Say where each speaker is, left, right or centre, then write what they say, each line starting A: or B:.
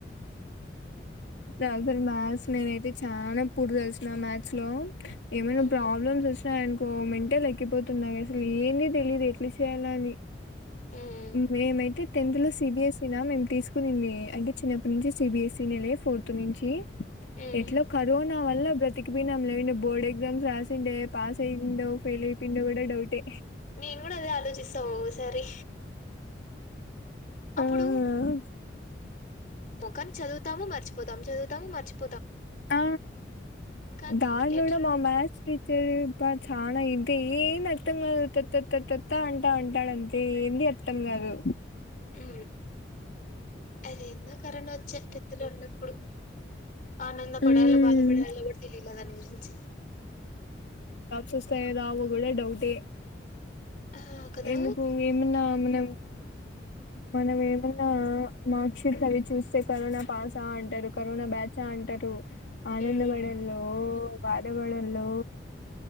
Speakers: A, on the left; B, on the left.
A: నాకు అస్సల్ మ్యాథ్స్ నేను అయితే చానా పూర్ తెలుసునా మ్యాథ్స్ లో ఏమైనా
B: మ్మ్.
A: ప్రాబ్లమ్స్ వచ్చినాయి అనుకో మెంటల్ ఎక్కి పోతుంది నాకు అసలు ఏంది తెలియదు ఎట్లా చేయాలా అని
B: మ్మ్.
A: మేమైతే టెన్త్ లో సిబిఎస్ఈ నా మేము తీసుకునింది అంటే చిన్నప్పటి నుంచి సిబిఎస్ఈ నె లే ఫోర్త్ నుంచి
B: మ్మ్.
A: ఎట్లా కరోనా వల్ల బ్రతిపోయినాం లేండే బోర్డ్ ఎగ్జామ్స్ రాసిండే పాస్ అయిందో ఫెయిల్ అయిపోయిండో కూడా డౌటే
B: నేను కూడా అదే ఆలోచిస్తా ఓసారి అప్పుడు
A: ఆ
B: కా చదువుాము మర్చిపోతాం చదువుతాము మర్చిపో
A: ఆ
B: కానీ
A: దాంలోూలో
B: ఎట్లా
A: మా మథస్ టీచర్ అప్ప చాల ఇంతే ఏం అర్థం కాదుత్తత్తా అంటా అంటాడు అంతే ఏంది అర్థం కాదు
B: హ అది ఎన్నో కరోనా వచ్చా టెన్త్ లో ఉన్నప్పుడు ఆనందపడాలో
A: ఉమ్
B: బాధపడలో కూడా తెలియాల దాని గురించి
A: సస్తాయారు ఆవ కూడా డౌటే
B: ఆ కదా
A: ఎందుకు ఏమన్నా మన మనం ఏమన్నా మార్క్ షీట్స్ అవి చూస్తే కరోనా పాస్ అ అంటారు కరోనా బ్యాచ్ ఆ అంటారు ఆనంద
B: మ్మ్.
A: పడల్లో బాద పడల్లో